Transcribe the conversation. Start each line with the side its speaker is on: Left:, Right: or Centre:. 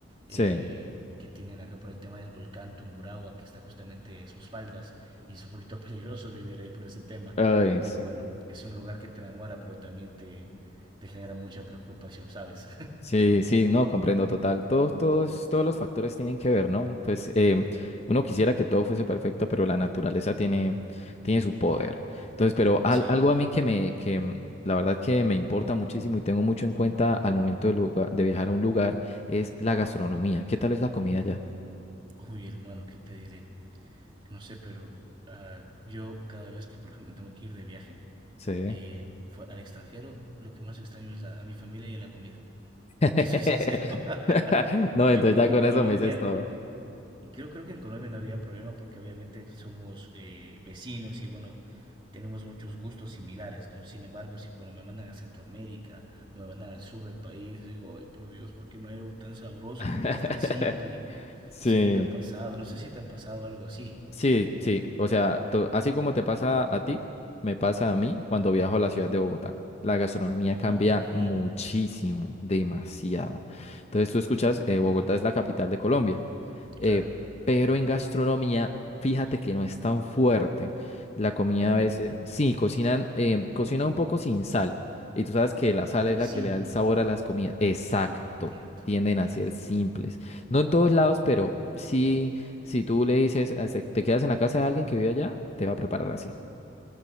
Left: sí.
Right: Eh, que tienen acá por el tema del volcán Tumburagua, que está justamente en sus faldas, y es un poquito <laughs> peligroso vivir ahí por ese tema,
Left: Ay,
Right: pero
Left: sí.
Right: bueno, es un lugar que te enamora, pero también te, te genera mucha preocupación, ¿sabes?
Left: Sí, sí, no, comprendo total. Todos, todos, todos los factores tienen que ver, ¿no? Pues em, uno quisiera que todo fuese perfecto, pero la naturaleza tiene, tiene su poder. Entonces, pero al-
Right: <laughs>
Left: algo
Right: sí.
Left: a mí que me, que mm, la verdad que me importa muchísimo y tengo mucho en cuenta al momento de, lugar- de viajar a un lugar es la gastronomía. ¿Qué tal es la comida allá?
Right: Uy, hermano, ¿qué te diré? No sé, pero uh, yo cada vez que, por ejemplo, tengo que ir de viaje
Left: Sí.
Right: eh, fue al extranjero, lo que más extraño es la, a mi familia y a la comida.
Left: <laughs>
Right: Te soy sincero. <laughs>
Left: No, entonces
Right: Yo creo
Left: ya
Right: que
Left: con
Right: en Colombia,
Left: eso me dices todo.
Right: creo, creo que en Colombia no había problema porque obviamente somos eh, vecinos y bueno, tenemos muchos gustos similares, ¿no? Sin embargo, si cuando me mandan a Centroamérica o me mandan al sur del país, digo, ay, por Dios, ¿por qué no hay algo tan sabroso?
Left: <laughs>
Right: ¿Por qué es tan simple?
Left: Sí.
Right: Sí, me ha pasado. No sé si te ha pasado algo así.
Left: Sí, sí, o sea, to- así como te pasa a ti, me pasa a mí cuando viajo a la ciudad de Bogotá. La gastronomía
Right: Ok,
Left: cambia muchísimo, demasiado. Entonces tú escuchas, eh, Bogotá es la capital de Colombia, eh,
Right: claro.
Left: pero en gastronomía, fíjate que no es tan fuerte. La comida
Right: Oh,
Left: a veces, sí, cocinan, eh, cocinan un poco sin sal. Y tú sabes que la sal es
Right: simple.
Left: la que le da el sabor a las comidas.
Right: Entiendo,
Left: Exacto,
Right: entiendo.
Left: tienden a ser simples. No en todos lados, pero sí. Si tú le dices, eh, se- te quedas en la casa de alguien que vive allá, te va a preparar así.